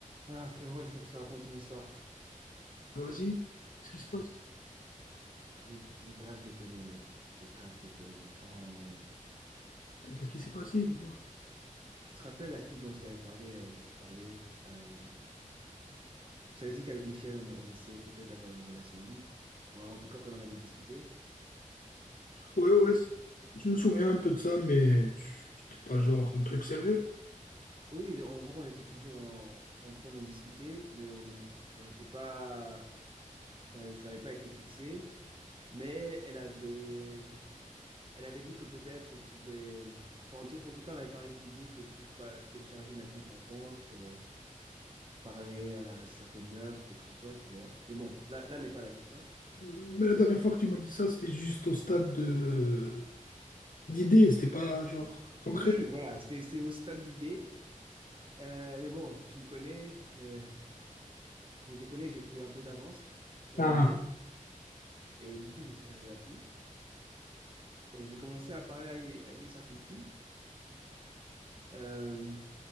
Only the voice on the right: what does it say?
Ah frérot, il faut que je te raconte une histoire.
Euh,
J'ai j'ai grave déconné, mec. J'ai grave déconné. Euh,
tu te rappelles la fille dont je t'avais parlé, avec qui je parlais? Euh, je t'avais dit qu'avec Michel, on, on essayait peut-être d'avoir une relation libre. Ou en tout cas, qu'on en avait discuté.
Mais
oui, en gros, on était toujours en, en train d'en discuter, mais on en- on n'en était pas, euh, ça n'avait pas été fixé. Mais elle avait, Elle avait dit que peut-être je pouvais. Enfin, en tout, en tout cas, on avait parlé de l'idée que je puisse pas télécharger une appli de rencontre, euh, parler à certaines meufs, quoi que ce soit, tu vois. Mais bon, là, là n'est pas la question.
Oui, voilà, c'est c'est au stade d'idée. Euh, mais bon, tu me connais, euh, j'ai déconné, j'ai pris un peu d'avance sur
l'idée. Et du coup, j'ai téléchargé l'appli. Et j'ai commencé à parler à, à une certaine fille. Euh,